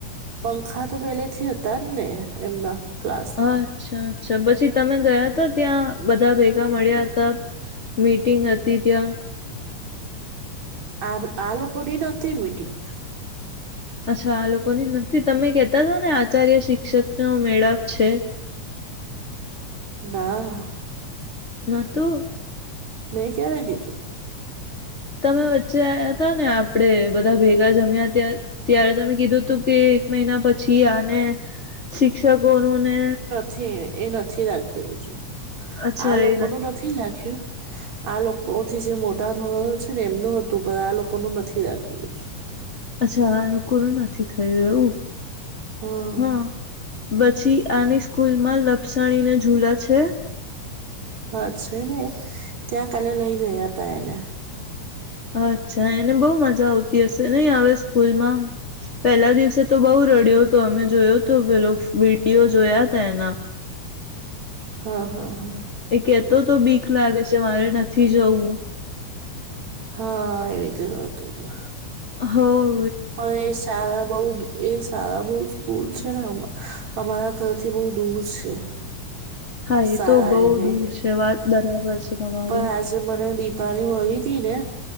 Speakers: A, on the right (about 60°); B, on the left (about 30°).
A: પંખા તો પેલેથી હતા ને એમના. ક્લાસમાં.
B: અચ્છા અચ્છા પછી તમે ગયા ત ત્યાં. બધા ભેગા મળ્યા હતા મીટિંગ હતી ત્યાં.
A: આ આ લોકો ની નોતી મિટિંગ.
B: અચ્છા આ લોકો ની નથી તમે કેતા હતા ને આચાર્ય શિક્ષક ન મેળાપ છે.
A: ના.
B: ના તો.
A: મે ક્યારેય કિધુ.
B: તમે વચ્ચે આયા હતા ને આપડે બધા ભેગા જમ્યા ત્યાં. ત્યારે તમે કીધું હતું કે એક મહિના પછી આને શિક્ષકો નુંને.
A: છે એ નથી રાખ્યું હજુ
B: અચ્છા
A: આ લોકોનું
B: એ
A: નથી રાખ્યું. આ લોકોથી જે મોટા ઘોરળ છે ને એમનું હતું પણ આ લોકોનું નથી રાખ્યું હજું.
B: અચ્છા આ લોકો નુ નથી થયું એવું
A: હા
B: હા‌. પછી આની સ્કૂલ માં લપસણી ને જુલા છે.
A: હા છે ને ત્યાં કાલે લઈ ગયા હતા એને.
B: અચ્છા એને બહુ મજા આવતી હશે નહી હવે સ્કૂલમાં. પેલા દિવસે તો બઉ રડ્યો હતો અમે જોયો તો પેલો વિડીયો જોયા તા એના.
A: હા હા હા.
B: એ કેતો તો બીક લાગે છે મારે નથી જવું.
A: હા એવી રીતે હતું.
B: હો.
A: પણ સારા. બ‌ઉ એ સારા બહુ સ્કૂલ છે ને હમ અમારા ઘરથી બહુ દૂર છે.
B: હા એ
A: સારા
B: તો બહુ
A: એને
B: દૂર છે વાત બરાબર છે. તમારી
A: પણ આજે મને દિપાળી મળી તી ને